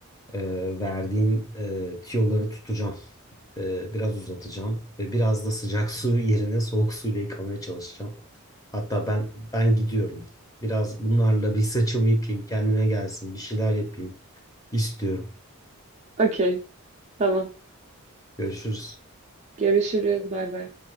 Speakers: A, on the left (about 15°); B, on the right (about 30°).
A: e, verdiğin e, tiyoları tutacağım. E, biraz uzatacağım. Ve biraz da sıcak <laughs> su yerine soğuk suyla yıkamaya çalışacağım. Hatta ben ben gidiyorum. Biraz bunlarla bir saçımı yıkayayım, kendime gelsin, bir şeyler yapayım istiyorum.
B: Okey, tamam.
A: Görüşürüz.
B: Görüşürüz. Bay bay.